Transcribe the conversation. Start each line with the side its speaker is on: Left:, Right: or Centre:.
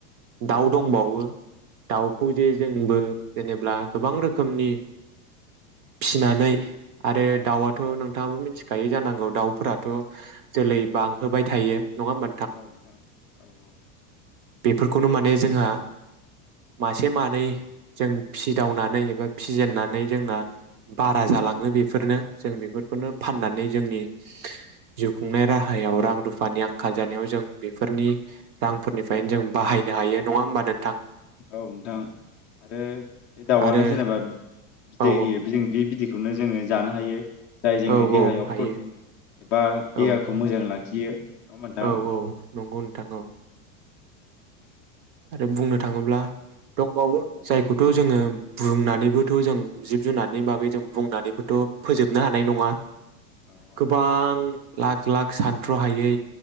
Right: दाउ दंबावो दाउखौ
Left: औ नोंथां
Right: जे जोंबो जेनेब्ला गोबां रोखोमनि फिनानै आरो दाउआथ' नोंथाङाबो मिथिखायो जानांगौ दाउफोराथ' जोलै बांहोबाय थायो। नङा होमबा
Left: औ नोंथां औ औ
Right: बेफोरखौनो माने जोंहा मासे मानै जों फिदावनानै एबा फिजेननानै जोंना बारा जालाङो बेफोरनो जों बेफोर बेखौनो
Left: औ
Right: फाननानै जोंनि जिउ खुंनाय राहायाव रां रुफानि आंखाल जानायाव जों बेफोरनि रांफोरनिफ्रायनो जों बाहायनो हायो नङा होमबा नोंथां?
Left: औ नोंथां आरो बे दाउआनो
Right: आरो
Left: जेनेबा बिदै
Right: औ
Left: होयो जों बे बिदै खौनो जोङो जानो हायो। जाय जोंनि
Right: औ
Left: देहायाव
Right: औ हायो
Left: प्रटिन एबा देहाखौ
Right: औ औ
Left: मोजां लाखियो नङा मोनथां।
Right: औ औ नंगौ नोंथां औ आरो बुंनो थाङोब्ला दंबावो जायखौथ' जोङो बुंनानैबोथ' जों जिब जुनारनि बागै जों बुंनानैबोथ' फोजोबनो हानाय नङा
Left: औ
Right: गोबां लाख लाख सानथ्र'हायै